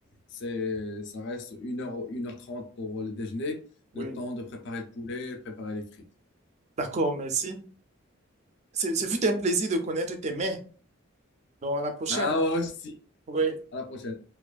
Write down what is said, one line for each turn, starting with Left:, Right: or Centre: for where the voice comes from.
Left: c'est, ça reste une heure une heure trente pour le déjeuner,
Right: Oui.
Left: le temps de préparer le poulet, préparer les frites.
Right: D'accord, merci. Ce ce fut un plaisir de connaître tes mains. Donc à la prochaine.
Left: Ah, moi aussi.
Right: Oui.
Left: À la prochaine.